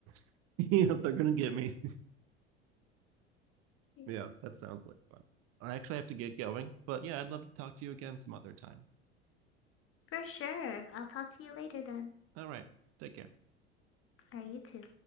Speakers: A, on the right; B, on the left.
A: <laughs> yeah, they're gonna get me.
B: <laughs>
A: Yeah, that sounds like fun. I actually have to get going, but yeah, I'd love to talk to you again some other time.
B: For sure. I'll talk to you later then.
A: All right, take care.
B: All right, you too.